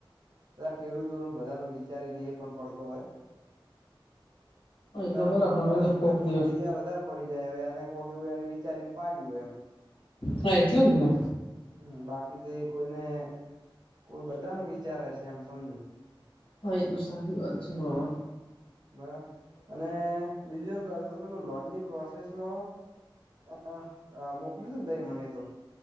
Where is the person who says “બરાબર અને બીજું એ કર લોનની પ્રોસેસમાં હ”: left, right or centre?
Right